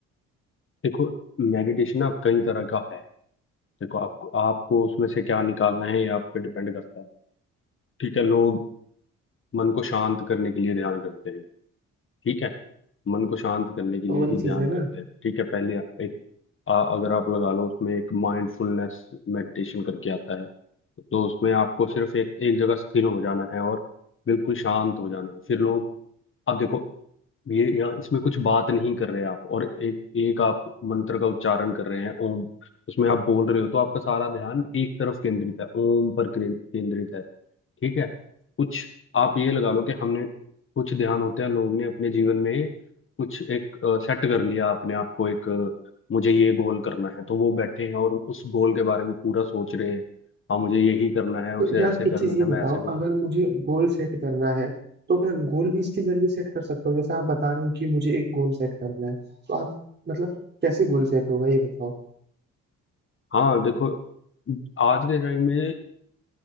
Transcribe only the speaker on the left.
देखो मेडिटेशन अब कई तरह का है देखो आपको आपको उसमें से क्या निकालना है ये आप पे डिपेंड करता है ठीक है लोग मन को शांत करने के लिए ध्यान करते हैं ठीक है मन को शांत करने के
लिए
ही
ध्यान
करते हैं ठीक है पहले आप एक आ, अगर आप लगा लो उसमें एक माइंडफुलनेस मेडिटेशन करके आता है तो उसमें आपको सिर्फ एक एक जगह स्थिर हो जाना है और बिल्कुल शांत हो जाना है फिर लोग अब देखो ये यहाँ इसमें कुछ बात नहीं कर रहे आप और एक एक आप मंत्र का उच्चारण कर रहे हैं ओम उसमें आप बोल रहे हो तो आपका सारा ध्यान एक तरफ केंद्रित है ओम पर कें- केंद्रित है ठीक है कुछ आप ये लगा लो कि हमने कुछ ध्यान होते हैं लोग ने अपने जीवन में कुछ एक सेट कर लिया अपने आप को एक अ, मुझे ये गोल करना है तो वो बैठे हैं और उस गोल के बारे में पूरा सोच रहे हैं हाँ मुझे यही करना है उसे
ऐसे
करना
है
मैं ऐसे करूँ
हाँ देखो आज के टाइम में